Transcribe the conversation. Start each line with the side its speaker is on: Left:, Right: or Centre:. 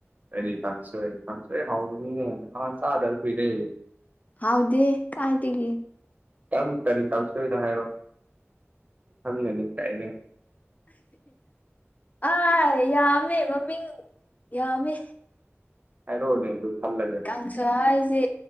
Right: ꯑꯔꯤ ꯊꯥꯟꯁꯣꯣꯏ ꯊꯥꯡꯁꯣꯏ ꯍꯥꯎꯅꯤꯉ ꯉ ꯆꯗꯔ ꯄꯤꯔꯦ
Left: ꯍꯥꯎꯗꯦ ꯀꯥꯏ ꯇꯤꯒ
Right: ꯇꯃꯨꯛꯇꯅꯤ ꯀꯥꯡ ꯁꯣꯏꯗ ꯍꯥꯏꯔꯣ ꯈꯪꯒꯅꯤ ꯀꯥꯏꯅꯦ
Left: ꯑꯥꯏ ꯌꯥꯝꯃꯦ ꯃꯃꯤꯡ ꯌꯥꯝꯃꯦ
Right: ꯔꯣꯅꯦ ꯑꯗꯨ ꯐꯜꯂꯒꯦ
Left: ꯀꯥꯡ ꯁ ꯍꯥꯏꯁꯦ